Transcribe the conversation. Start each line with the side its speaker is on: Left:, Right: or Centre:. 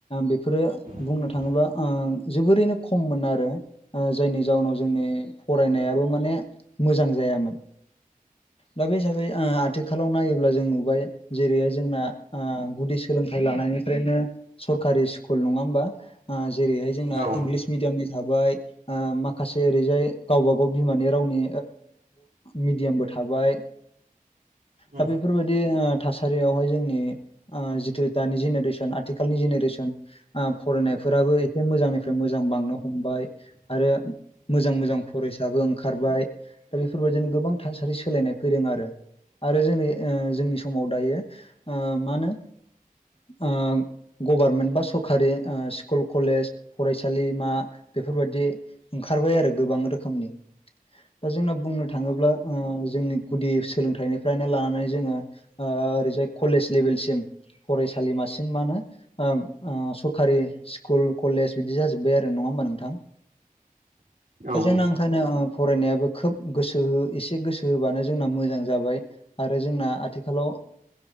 Left: बेफोरो
Right: औ
Left: बुंनो
Right: उम
Left: थाङोब्ला जोबोरैनो खम मोन आरो जायनि जाउनाव जोंनि दाबो माने मोजां जायामोन दा बे हिसाबै आथिखालाव नायोब्ला जों नुबाय जेरैहाय जोंना गुदि सोलोंथाइ लानायनिफ्रायनो सरकारि स्कुल नङा होमबा जेरैहाय जोंना
Right: औ उम
Left: इंलिस मिडियामनि थाबाय माखासे ओरैजाय गावबा गाव बिमानि रावनि मिडियामबो थाबाय दा
Right: उम
Left: बेफोरबायदि ओ थासारियावहाय जोंनि जिथु दानि जेनेरेसन आथिखालनि जेनेरेसन फरायनायफोराबो एसे मोजांनिफ्राय मोजां बांनो हमबाय आरो मोजां मोजां फरायसाबो ओंखारबाय दा बेफोरबायदिनो गोबां थासारि सोलायनाय फैदों आरो आरो जोंनि ओ जोंनि समाव दायो ओ मा ओनो ओ गभारमेन्ट बा सरखारि स्कुल कलेज फरायसालिमा बेफोरबायदि ओंखारबाय आरो गोबां रोखोमनि। दा जोंना बुंनो थाङोब्ला ओ जोंनि गुदि सोलोंथाइनिफ्रायनो लानानै जोङो ओ ओरैजाय कलेज लेभेलसिम फरायसालिमासिम मा होनो ओब ओ सरकारि स्कुल कलेज बिदि जाजोब्बाय आरो नङा होमबा नोंथां?
Right: औ
Left: जोंना ओंखायनो फरायनायाबो खोब गोसो हो एसे गोसो होबानो जोंना मोजां जाबाय। आरो जोंना आथिखालाव